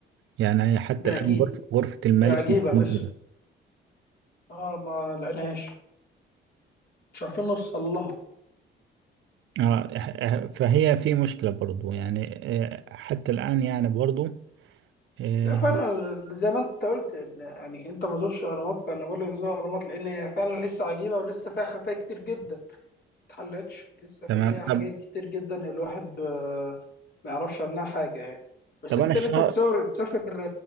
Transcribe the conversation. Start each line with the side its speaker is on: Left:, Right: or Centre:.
Right: يعني حتى
Left: ده
Right: الآن
Left: اكيد
Right: غرف- غرفة الملك
Left: هي عجيبه
Right: مش موجودة
Left: لسه اه ما لقيناهاش مش عارفين نوصل لها
Right: آه، آه، فهي في مشكلة برضو يعني آه، حتى الآن يعني برضو آه،
Left: لا فعلا زي ما انت قلت إن- يعني انت ما زرتش الاهرامات فانا بقول لك زور الاهرامات لان هي فعلا لسه عجيبه ولسه فيها خفايا كتير جدا ما اتحلتش ولسه
Right: تمام
Left: فيها حاجات
Right: طب
Left: كتير جدا الواحد آه، ما يعرفش عنها حاجه يعني بس
Right: طب
Left: انت
Right: أنا الشهر
Left: نفسك تصور تسافر